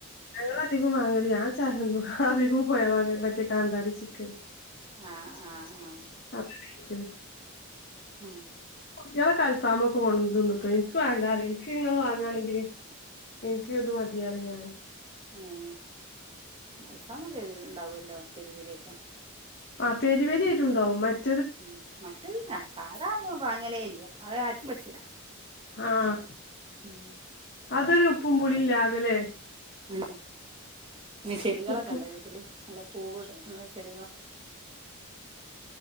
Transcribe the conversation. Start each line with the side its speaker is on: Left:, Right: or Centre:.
Left: അങ്ങള് അധികം വാങ്ങല് ഞാൻ ചായ് അധികം പോയാ വാങ്ങ മറ്റേ കാന്താരി ചിക്കന്
Right: ആഹ് ആഹ് ആഹ്
Left: അപ്പ്‌ റ്റത്
Right: ആ
Left: ഇങ്ങളെ കൽപാമൊക്കെ കൊണ്ടുന്നുട്ടൊയി എൻക്ക് വേണ്ടാ റിയും എൻക്ക് ഇങ്ങ വാങ്ങയാണെങ്കില് എൻക്ക് ഇത് മതി അറിഞ്ഞാന്
Right: ഉം അൽഫാമൊക്കെരിവ് ഉണ്ടാവല്ലോ പെരിപരിയൊക്കെ
Left: ആ പേരിപേരി എരുണ്ടാവും മറ്റെ
Right: ഉം മറ്റതിനാ സാധാ മം വാങ്ങലേ ഇല്ല അത് ആർക്കും പറ്റൂല
Left: ആഹ്
Right: ഉം
Left: അതൊരു ഉപ്പും പുളില്ലാതെല്ലേ
Right: ഉം പിന്നെ ചെടികളൊക്കെ
Left: ഉപ്പും
Right: ഉണ്ടോ വീട്ടില് നല്ല പൂവുള്ള ള്ള ചെടികളൊക്കെ